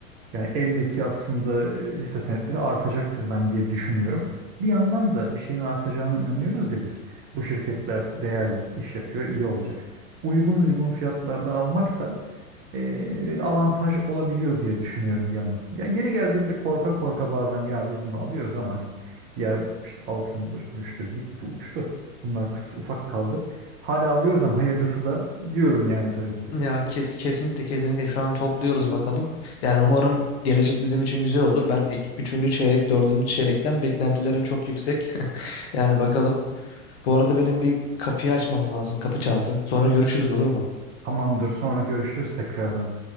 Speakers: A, on the right; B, on the left.
A: yani eldeki aslında e, hisse senetleri artacaktır ben diye düşünüyorum. Bir yandan da bir şeyin artacağına inanıyoruz ya biz. Bu şirketler değerli iş yapıyor, iyi olacak. Uygun uygun fiyatlardan almak da e, avantaj olabiliyor diye düşünüyorum bir yandan. Ya yeri geldiğinde korka korka bazen ya biz bunu alıyoruz ama hani diğer işte altındır, gümüştür gitti, uçtu. Bunlar kısa, ufak kaldı. Hala alıyoruz ama hayırlısı da diyorum yani tabii ki.
B: Ya kes, kesinlikle kesinlikle şu an topluyoruz bakalım. Yani umarım gelecek bizim için güzel olur. Ben ik- üçüncü çeyrek, dördüncü çeyrekten beklentilerim çok yüksek. <laughs> Yani bakalım. Bu arada benim bir kapıyı açmam lazım. Kapı çaldı. Sonra görüşürüz olur mu?
A: Tamamdır, sonra görüşürüz tekrardan.